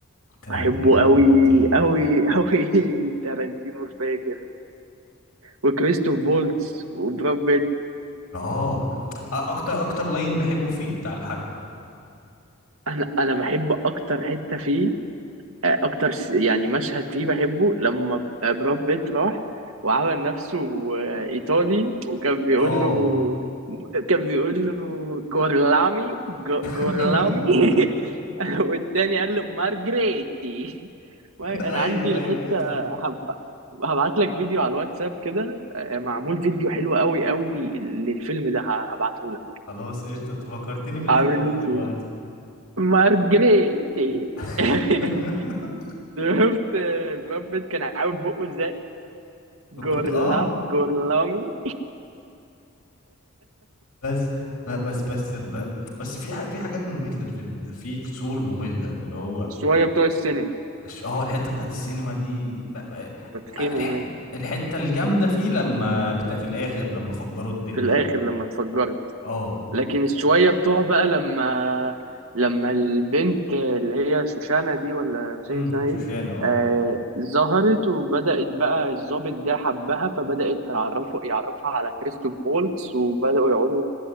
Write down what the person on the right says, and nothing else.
بحبه قوي
قوي قوي <laughs> تارانتينو الفاجر وكريستوف فولتس وبراد بيت
انا انا بحب اكتر حته فيه آه، اكتر س- يعني مشهد فيه بحبه لما ب- آه، براد بيت راح وعمل نفسه آه، ايطالي وكان بيقول
له كان بيقول له جورلامي جو-
جورلامي <laughs> والتاني قال له مارجريتي انا
عندي الحته
هب- هبعت لك فيديو على الواتساب كده آه، معمول فيديو حلو قوي قوي للفيلم ده هبعته لك
عامل
فيه مارجريتي
<laughs> <laughs> شفت براد بيت كان عاوج بقه ازاي جورلا
جورلامي
الشويه بتوع السينما
بتخنق
منها
في الاخر
لما اتفجرت
لكن الشويه بتوع بقى لما لما البنت اللي هي شوشانة دي ولا مش
فاكر اسمها
ايه
آه ظهرت وبدأت بقى الضابط ده حبها فبدأت تعرفه يعرفها على كريستوف فولتس وبدأوا يقعدوا